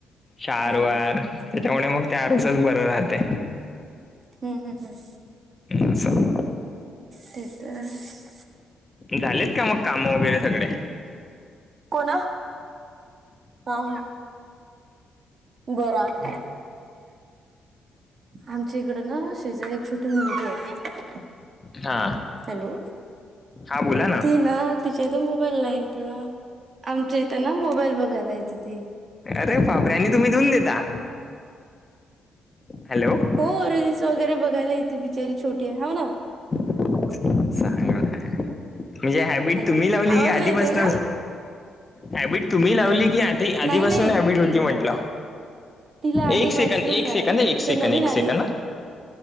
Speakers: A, on the left; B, on the right.
A: चार
B: हा
A: वार
B: हम्म
A: त्याच्यामुळे मग त्या रोसच बर राहते.
B: हम हम हम.
A: असं.
B: ते तर आहेच.
A: झालेत का मग कामं वगैरे सगडे?
B: कोणा हा हा बरं. आमच्या इकड ना शेजारी एक छोटी मुलगी आहे.
A: हा
B: हॅलो
A: हा बोला ना.
B: ती ना तिच्या इथ मोबाईल नाहीेत आमच्या इथं ना मोबाईल बघायला येते ती.
A: अरे बापरे आणि तुम्ही देऊन देता? हॅलो.
B: हो रीलल्स वगैरे बघायला येते बिचारी छोट आहे हा ना.
A: चांगलं आहे म्हणजे हॅबिट
B: हॅलो
A: तुम्ही लावली
B: आवाज
A: की आधीपासन
B: नाही येत आहे का
A: हॅबिट तुम्ही लावली की आ आधीपासून
B: नाही नाही
A: हॅबिट होती म्हंटलं.
B: तिला आधीपासूनच
A: एक सेकंद एक
B: आहे
A: सेकंद एक सेकड
B: ते नवीन
A: एक
B: आले
A: सेकंद.
B: इथे